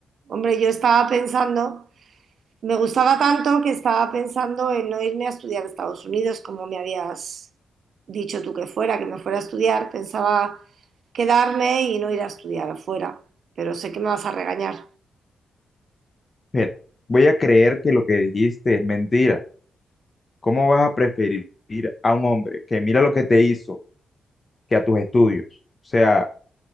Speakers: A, on the right; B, on the left.
A: Hombre, yo estaba pensando Me gustaba tanto que estaba pensando en no irme a estudiar a Estados Unidos, como me habías dicho tú que fuera, que me fuera a estudiar. Pensaba quedarme y no ir a estudiar afuera, pero sé que me vas a regañar.
B: Mujer, voy a creer que lo que dijiste es mentira. ¿Cómo vas a preferir a un hombre que mira lo que te hizo que a tus estudios? O sea,